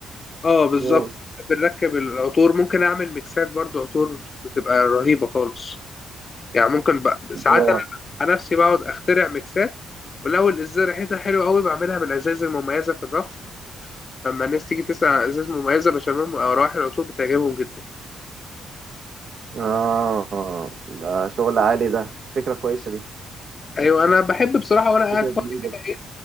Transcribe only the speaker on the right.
اه
اه
آه. ده شغل عالي ده فكره كويسه دي
فكره
جديده